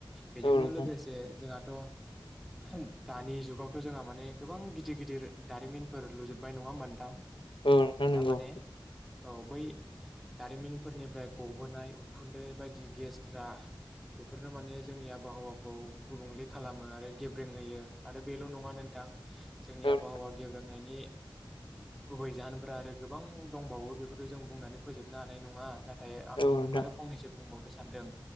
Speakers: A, in the centre; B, on the left (about 85°).
A: बेजोंनो
B: औ नोंथां
A: लोगोसे जोंहाथ' <inaudible> दानि जुगावथ' जोंहा माने गोबां गिदिर -गिदिर दारिमिनफोर लुजोबबाय नङा होमबा नोंथां?
B: औ नोंथां
A: दामाने
B: नंगौ
A: औ, बै दारिमिनफोरनिफ्राय गबोनाय उखुन्दै बायदि गेसफ्रा बेफोरनो माने जोंनि आबहावाखौ गुबुंले खालाम खालामो आरो गेब्रेंहोयो आरो बेल' नङा नोंथां। जोंनि
B: औ
A: आबहावा गेब्रेंनायनि गुबै जाहोनफ्रा आरो गोबां दंबावो बेखौथ जों बुंनानै फोजोबनो हानाय नङा। नाथाय नाथाय आं
B: औ नोंथां
A: आरो फंनैसो बुंबावनो सानदों